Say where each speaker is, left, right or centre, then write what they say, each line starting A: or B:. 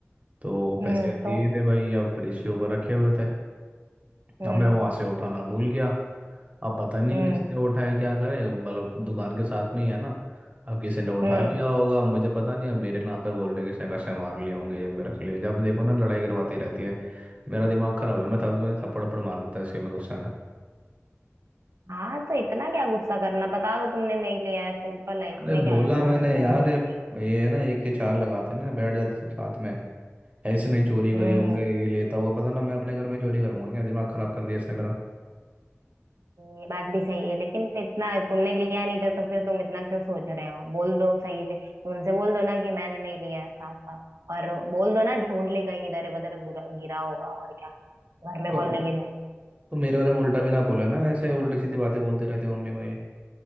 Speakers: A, on the right; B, on the right.
A: तो
B: हम्म
A: पैसे दिए
B: तो
A: थे भाई अब फ्रिज के ऊपर रखे हुए थे
B: हम्म
A: अब मैं वहां से उठाना भूल गया अब पता नहीं
B: हम्म
A: किसने उठाए क्या करें मतलब दुकान के साथ में ही है ना अब किसी ने उठा
B: हम्म
A: लिया होगा मुझे पता नहीं अब मेरे नाम पे बोल रहे किसने पैसे मार लिए होंगे जेब में रख लिए जब देखो ना लड़ाई करवाती रहती है मेरा दिमाग खराब है मैं थप मैं थप्पड़ थप्पड़ मार देता इसके में गुस्से में
B: हाँ तो इतना क्या गुस्सा करना बता दो तुमने नहीं लिया है सिंपल है इसमें
A: अरे
B: क्या
A: बोला
B: है इतना
A: मैंने
B: मुंह
A: यार ये
B: लटका
A: ये ना एक के चार लगाते हैं ना बैठ जाते सब साथ में ऐसे नहीं चोरी करी
B: हम्म
A: होंगे ये लेता होगा पता ना मैं अपने घर में चोरी करूंगा क्या दिमाग खराब कर दिया इसने मेरा
B: ये बात भी सही है लेकिन इतना तुमने लिया नहीं था तो फिर तुम इतना क्यों सोच रहे हो बोल दो सही से उनसे बोल दो ना कि मैंने नहीं लिया है साफ साफ और बोल दो ना ढूंढ ले कहीं इधर उधर गिरा गिरा होगा और क्या घर में
A: तो,
B: कौन लेके जाएगा
A: तो मेरे बारे में उल्टा भी ना बोला ना ऐसे उल्टी सीधी बातें बोलते रहते हो मम्मी को ये